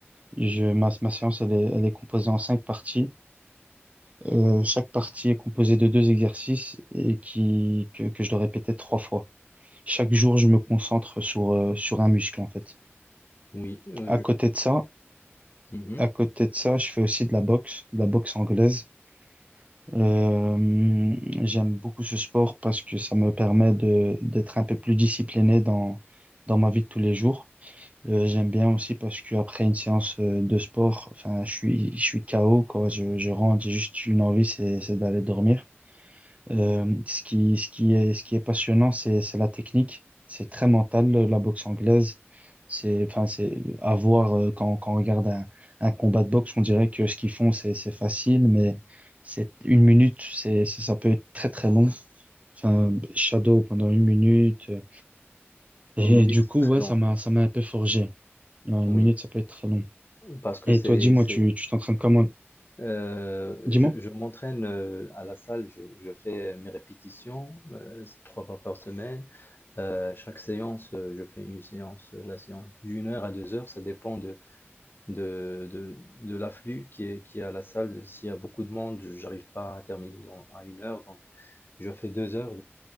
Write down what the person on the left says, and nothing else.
Oui, euh,
je- mhm.
Huit minutes,
c'est très
long.
Oui,
parce que
c'est,
c'est,
euh,
je, je m'entraîne euh, à la salle, je, je fais euh, mes répétitions euh, s- trois fois par semaine. Euh, chaque séance, euh, je fais une séance, euh, la séance d'une heure à deux heures, ça dépend de, de, de, de l'afflux qui est, qui est à la salle. S'il y a beaucoup de monde, je n'arrive pas à terminer dans- à une heure, donc je fais deux heures.